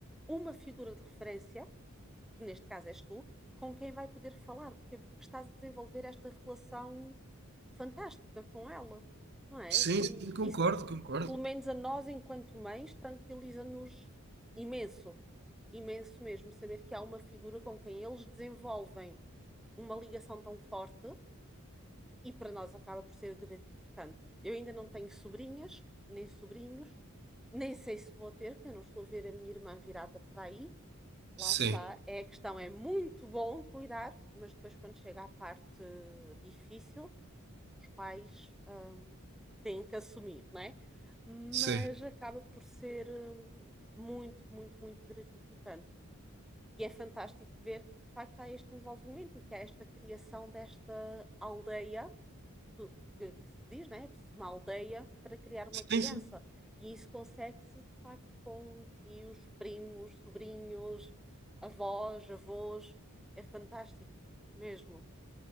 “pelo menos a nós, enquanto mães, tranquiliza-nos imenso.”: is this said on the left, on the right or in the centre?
Centre